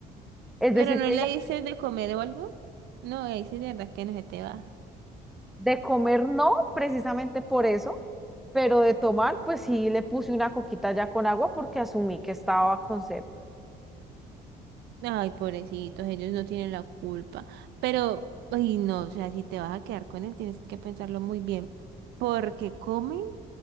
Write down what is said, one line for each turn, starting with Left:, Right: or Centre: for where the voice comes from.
Centre: Es
Right: Pero
Centre: decir,
Right: no
Centre: que
Right: le
Centre: el ga-
Right: dices de comer o algo. No, ahí sí de verdad que no se te va.
Centre: de comer no, precisamente por eso, pero de tomar, pues sí le puse una coquita ya con agua porque asumí que estaba con sed.
Right: Ay, pobrecitos, ellos no tienen la culpa. Pero, ay, no, o sea, si te vas a quedar con él, tienes que pensarlo muy bien. Porque come? <gasps>